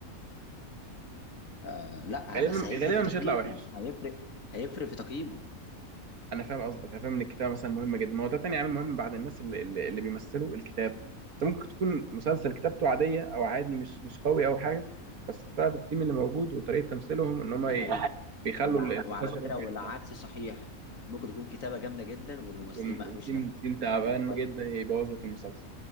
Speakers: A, on the left; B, on the right.
A: آه لا
B: غالبا
A: بس هيفرق
B: غالبا
A: في تقييمه
B: مش هيطلع وحش
A: هيفرق هيفرق في تقييمه
B: انا فاهم قصدك انا فاهم ان الكتابه مثلا مهمه جدا ما هو ده تاني عامل مهم بعد الناس اللي, اللي اللي بيمثلوا الكتاب انت ممكن تكون مسلسل كتابته عاديه او عادي مش مش قوي او حاجه بس بسبب التيم اللي موجود وطريقه تمثيلهم ان هم
A: ده
B: ي-
A: حقيقي
B: بيخلوا
A: والع...
B: المسلسل
A: وعلى فكرة
B: ينفع
A: والعكس
B: يكسب
A: صحيح ممكن يكون كتابة جامدة جدا والممثلين
B: وم-
A: ما
B: وتيم
A: عرفوش ينفذوا
B: تيم
A: اللي
B: تعبان
A: مكتوب كويس
B: جدا يبوظ لك المسلسل